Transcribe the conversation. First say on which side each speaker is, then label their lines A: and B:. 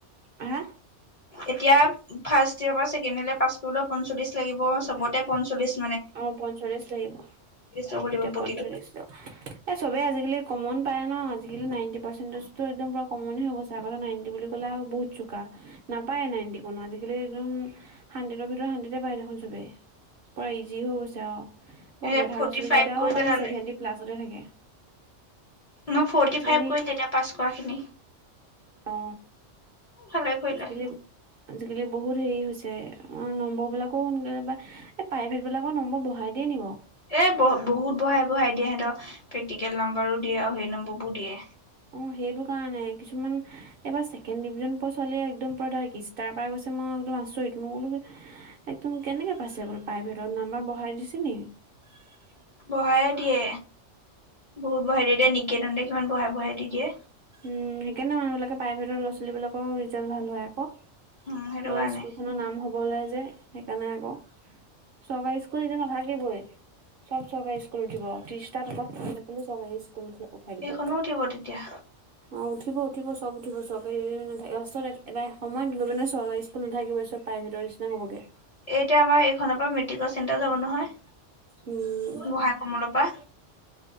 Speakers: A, on the right (about 60°); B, on the left (about 45°).
A: আহা।
B: এতিয়া ফাৰ্ষ্ট ইয়েৰৰ পৰা ছেকেণ্ড ইয়ৰলে পাছ কৰিলেও পঞ্চল্লিশ লাগিব চবতে পঞ্চল্লিছ।
A: অ, পঞ্চল্লিশ লাগিব
B: ল'ব লাগিব
A: এতিয়া
B: প্ৰতিটো
A: পঞ্চল্লিশ টো এ চবে আজিকালি কমত <unintelligible> পাৰে ন'আজিকালি নাইনটি পাৰ্চেন্টেজটো একদম পুৰা কমন হৈ গৈছে আগতে নাইনটি বুলি ক'লে আৰু বহুত চোকা। নাপায় নাইণ্টি কোনো আজিকালি একদম হাণ্ড্ৰেডৰ ভিতৰত হাণ্ড্ৰেডে পায় দেখোন চবেই পোৰা ইজি যি হৈ গৈছে আৰু অ,
B: এ
A: গেধা
B: ফৰ্টি
A: ল'ৰা -ছোৱালীকেইটাও
B: ফাইভ কৰি
A: মানে
B: পেলালে
A: ছেভেণ্টি প্লাছতে থাকে।
B: মই ফৰ্টি
A: আজিকালি
B: ফাইভ কৰি তেতিয়া পাছ কৰা খিনি।
A: অ
B: ভালে কৰিলে।
A: আজিকালি আজিকালি বহুত হেৰি হৈছে অ, নম্বৰবিলাকো সোনকালে বা এই প্ৰাইভেটবিলাকো নম্বৰ বঢ়াই দিয়ে নি বাৰু?
B: এ বহ বহুত বঢ়াই-বঢ়াই দিয়ে সিহঁতক প্ৰেক্টিকেল নম্বৰো দিয়ে আৰু সেই নম্বৰবোৰ দিয়ে
A: অ, সেইটো কাৰণে কিছুমান এইবাৰ ছেকেণ্ড ডিভিজন পোৱা ছোৱালীয়ে একদম পুৰা ডাইৰেক্ট ষ্টাৰ পাই গৈছে মই একদম আচৰিত মই বোলো একদম কেনেকে পাইছে বোলো প্ৰাইভেটত নাম্বাৰ বঢ়াই দিছে নি <unintelligible>
B: বঢ়ায়ে দিয়ে বহুত বঢ়াই দি দিয়ে নিকেতনহতে কিমান বঢ়াই-বঢ়াই দি দিয়ে।
A: উম, সেইকাৰনে মানুহবিলাকে প্ৰাইভেটৰ ল'ৰা ছোৱালীবিলাকো ৰিজাল্ট ভাল হয় আকৌ।
B: উম সেইটো
A: মানে
B: কাৰণে
A: স্কুল খনৰ নাম হ'ব ওলাই যে সেইকাৰণে আকৌ। চৰকাৰী স্কুল এতিয়া নাথাকিবই। সব চৰকাৰী স্কুলত দিব, ত্ৰিশটা তলত <unintelligible> থাকিলেও চৰকাৰী স্কুল উঠাই
B: সেইখনো
A: দিব।
B: উঠিব তেতিয়া
A: অ উঠিব উঠিব চব উঠিব চৰকাৰে নাথাকে লাষ্টত ই এটা সময়ত গৈ পিনে চৰকাৰী স্কুল নাথাকিবই চব প্ৰাইভেটৰ নিচিনা হবগে।
B: এতিয়া আমাৰ এইখনৰ পৰা মেট্ৰিক চেণ্টাৰ যাব নহয়।
A: উম।
B: গোহাঁই কমলৰ পৰা,